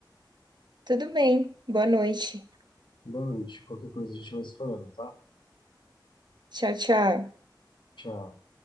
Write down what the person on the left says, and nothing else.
Boa noite. Qualquer coisa a gente vai se falando, tá?
Tchau.